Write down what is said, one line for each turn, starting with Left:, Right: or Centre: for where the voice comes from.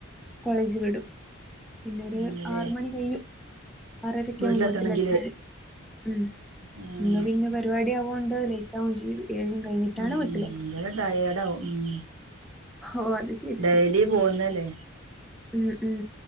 Centre: കോളേജ് വിടും, പിന്നൊര്
Right: പിന്നല്ലേ
Centre: ആറ് മണി കയ്യും. ആറെരയൊക്കെയാവും
Right: വീട്ടിലെത്തണെങ്കില്
Centre: വീട്ടിലെത്താന് ഉം.
Right: ആഹ്
Centre: ഇന്ന് പിന്നെ പരിപാടിയാവു വോണ്ട് ലൈറ്റാവും ചെയ്യും, ഏഴും കഴിഞ്ഞിട്ടാണ്
Right: ഉം ഭയങ്കര
Centre: വീട്ടില് എത്ത.
Right: <unintelligible>
Centre: ഓ അത് ശരി.
Right: ഡെയ്ലി പോകുന്നല്ലേ?
Centre: ഉം ഉം